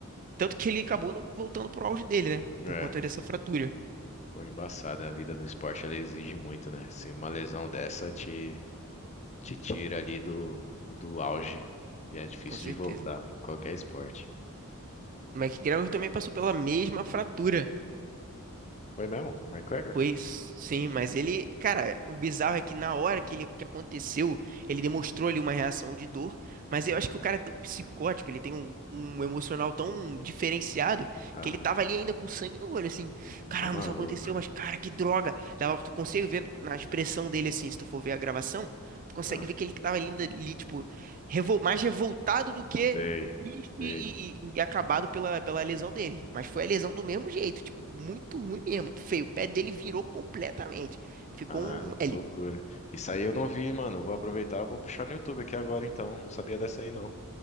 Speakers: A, on the right; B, on the left.
A: Tanto que ele acabou no- voltando pro auge dele, né?
B: É,
A: Por conta dessa fratura,
B: foi embaçada. A vida do esporte, ela exige muito, né? Assim, uma lesão dessa te, te tira ali do, do auge e é difícil
A: com certeza.
B: de voltar em qualquer esporte.
A: O McGregor também passou pela mesma fratura.
B: Foi mesmo? McGregor?
A: Pois sim, mas ele, cara, o bizarro é que na hora que ele que aconteceu, ele demonstrou ali uma reação de dor, mas eu
B: Hum,
A: acho que o cara é tão psicótico, ele tem um, um emocional tão diferenciado
B: Aham,
A: que ele tava ali ainda com sangue no olho, assim, caramba,
B: Tá maluco.
A: isso aconteceu, mas cara, que droga. Dava, tu consegue ver na expressão dele assim, se tu for ver a gravação, tu consegue
B: Ah,
A: ver que ele tava ali, ainda ali tipo, revol- mais revoltado do que
B: sei,
A: triste
B: sei.
A: e, e- e acabado pela, pela lesão dele. Mas foi a lesão do mesmo jeito, tipo, muito ruim mesmo, muito feio. O pé dele virou completamente. Ficou
B: Caralho,
A: um
B: que
A: L.
B: loucura. Isso aí eu não vi, mano. Eu Vou aproveitar, eu vou puxar no YouTube aqui agora então. Não sabia dessa aí não.